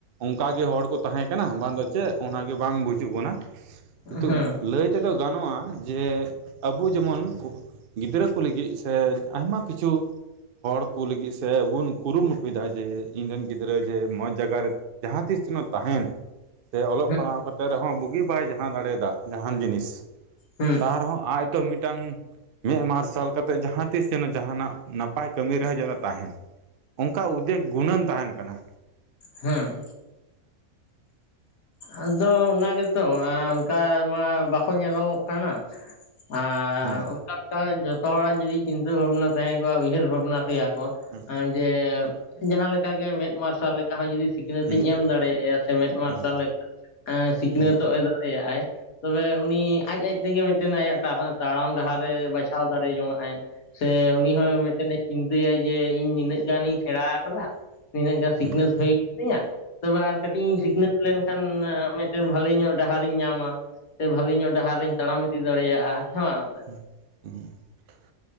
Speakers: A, on the right; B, on the left.
A: ᱚᱱᱠᱟ ᱜᱮ ᱦᱚᱲ ᱠᱚ ᱛᱟᱦᱮᱸ ᱠᱟᱱᱟ ᱵᱟᱝ ᱫᱚ ᱪᱮᱫ ᱚᱱᱟ ᱜᱮ ᱵᱟᱝ ᱵᱩᱡᱩᱜ ᱠᱟᱱᱟ? ᱠᱤᱱᱛᱩ
B: ᱦᱮᱸ
A: ᱞᱟᱹᱭ ᱛᱮᱫᱚ ᱜᱟᱱᱚᱜᱼᱟ ᱡᱮ ᱟᱵᱚ ᱡᱮᱢᱚᱱᱼᱼ ᱜᱤᱫᱽᱨᱟᱹ ᱠᱚ ᱞᱟᱹᱜᱤᱫ ᱥᱮ ᱟᱭᱢᱟ ᱠᱤᱪᱷᱩᱼᱼ ᱦᱚᱲ ᱠᱚ ᱞᱟᱹᱜᱤᱫ ᱥᱮ ᱵᱚᱱ ᱠᱩᱨᱩᱢᱩᱴᱩᱭᱮᱫᱟ ᱡᱮ ᱤᱧᱨᱮᱱ ᱜᱤᱫᱽᱨᱟᱹ ᱡᱮ ᱢᱚᱸᱡᱽ ᱡᱟᱭᱟᱨ ᱨᱮᱼᱼ ᱡᱟᱦᱟᱸ ᱛᱤᱥ ᱡᱮᱱᱚ ᱛᱟᱦᱮᱱᱼᱼ ᱥᱮ ᱚᱞᱚᱜ
B: ᱦᱮᱸ
A: ᱯᱟᱲᱦᱟᱣ ᱠᱟᱛᱮ ᱨᱮᱦᱚᱸ ᱵᱩᱜᱤ ᱵᱟᱭ ᱡᱟᱦᱟᱸ ᱫᱟᱲᱮᱭᱟᱫᱟ ᱡᱟᱦᱟᱱ ᱡᱤᱱᱤᱥ
B: ᱦᱮᱸ
A: ᱛᱟᱸ ᱨᱮᱦᱚᱸ ᱟᱡᱼᱼ ᱛᱚ ᱢᱤᱫ ᱴᱟᱝ, ᱢᱮᱜ ᱢᱟᱨᱥᱟᱞ ᱠᱟᱛᱮ ᱡᱟᱦᱟᱸ ᱛᱤᱥ ᱡᱮᱱᱚ ᱡᱟᱦᱟ ᱱᱟᱜ ᱱᱟᱯᱟᱭ ᱠᱟᱹᱢᱤ ᱨᱮᱦᱚᱸ ᱡᱮᱱᱚ ᱛᱟᱦᱮᱱ ᱚᱱᱠᱟ ᱩᱫᱮᱠ ᱜᱩᱱᱟᱹᱱ ᱛᱟᱦᱮᱱ ᱠᱟᱱᱟ᱾
B: ᱦᱮᱸ᱾ ᱟᱫᱚ ᱚᱱᱟ ᱜᱮᱛᱚ? ᱟᱸ ᱚᱱᱠᱟ ᱢᱟ, ᱵᱟᱠᱚ ᱧᱮᱞᱚᱜᱚᱜ ᱠᱟᱱᱟ ᱾ ᱟᱻ
A: ᱦᱩᱸ
B: ᱚᱱᱠᱟ ᱛᱟᱦᱞᱮ ᱡᱚᱛᱚ ᱦᱚᱲᱟᱜ, ᱡᱩᱫᱤ? ᱪᱤᱱᱛᱟᱹ ᱵᱷᱟᱵᱱᱟ ᱛᱟᱦᱮᱸ ᱠᱚᱜᱼᱟ ᱾ ᱩᱭᱦᱟᱹᱨ ᱵᱷᱟᱵᱱᱟ ᱛᱮᱭᱟ ᱠᱚ,
A: ᱦᱩᱸ
B: ᱮᱸ, ᱡᱮ ᱡᱟᱦᱟᱸ ᱞᱮᱠᱟ ᱜᱮ, ᱢᱮᱫ ᱢᱟᱨᱥᱟᱞ ᱞᱮᱠᱟ ᱦᱚᱸ ᱡᱩᱫᱤ? ᱥᱤᱠᱷᱱᱟᱹᱛ
A: ᱦᱩᱸ
B: ᱤᱧ ᱮᱢ ᱫᱟᱲᱮᱭᱟᱭᱟ ᱥᱮ ᱾ ᱢᱮᱸᱫ ᱢᱟᱨᱥᱟᱞ
A: ᱦᱩᱸ
B: ᱞᱮᱠᱟ, ᱥᱤᱠᱷᱱᱟᱹᱛᱚᱜ,
A: ᱦᱩᱸ
B: ᱮᱼᱫᱟᱲᱮᱭᱟᱜᱼᱟᱭ ᱾ ᱛᱚᱵᱮ ᱩᱱᱤ, ᱟᱡ ᱟᱡ ᱛᱮᱜᱮ, ᱢᱤᱫᱴᱮᱱ ᱟᱭᱟᱜ <unintelligible> ᱛᱟᱲᱟᱢ ᱰᱟᱦᱟᱨᱮ, ᱵᱟᱪᱷᱟᱣ ᱫᱟᱲᱮ ᱡᱚᱢᱼᱢᱟᱜᱼᱟᱭ ᱾ ᱥᱮ, ᱩᱱᱤ ᱦᱚᱸ ᱢᱤᱫᱴᱮ ᱱᱮ ᱪᱤᱱᱛᱟᱹᱭᱟᱭ, ᱡᱮ, ᱤᱧ ᱱᱤᱱᱟᱹᱜ ᱜᱟᱱᱤᱧ ᱥᱮᱬᱟ ᱟᱠᱟᱫᱟ ᱾ ᱱᱤᱱᱟᱹᱜ ᱜᱟᱱ, ᱥᱤᱠᱷᱱᱟᱹᱛ
A: ᱦᱩᱸ
B: ᱦᱩᱭ ᱟᱠᱟᱱ ᱛᱤᱧᱟᱹ ᱾ ᱛᱚᱵᱮ ᱟᱨ, ᱠᱟᱹᱴᱤᱡ ᱤᱧ ᱥᱤᱠᱷᱱᱟᱹᱛ ᱞᱮᱱ ᱠᱷᱟᱱ, ᱢᱤᱫᱴᱮᱱ ᱵᱷᱟᱞᱤ ᱧᱚᱜ, ᱰᱟᱦᱟᱨ ᱤᱧ ᱧᱟᱢᱟ ᱾ ᱥᱮ ᱵᱷᱟᱹᱞᱤ ᱧᱚᱜ, ᱰᱟᱦᱟᱨ ᱤᱧ ᱛᱟᱲᱟᱢ ᱤᱫᱤ ᱫᱟᱲᱮᱭᱟᱜᱼᱟ ᱾ᱦᱮᱸ ᱵᱟᱝ ᱥᱮ?
A: <unintelligible>